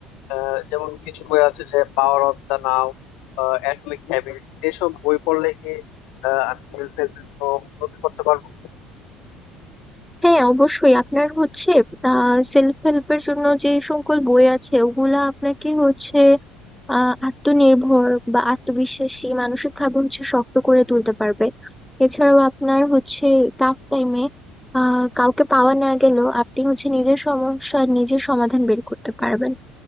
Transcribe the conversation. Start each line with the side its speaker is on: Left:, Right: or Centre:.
Left: আহ, যেমন কিছু বই আছে যে power of the now atomic habits এসব বই পড়লে কি আহ, আমি সেলফ হেল্পের উন্নতি করতে পারবো
Centre: হ্যাঁ অবশ্যই আপনার হচ্ছে আহ সেলফ হেল্পের জন্য যে সকল বই আছে ওগুলা আপনাকে হচ্ছে আহ আত্মনির্ভর বা আত্মবিশ্বাসী মানসিক ভাবে হচ্ছে শক্ত করে তুলতে পারবে এছাড়াও আপনার হচ্ছে টাফ টাইমে আহ কাউকে পাওয়া না গেলেও আপনি হচ্ছে নিজের সমস্যা নিজের সমাধান বের করতে পারবেন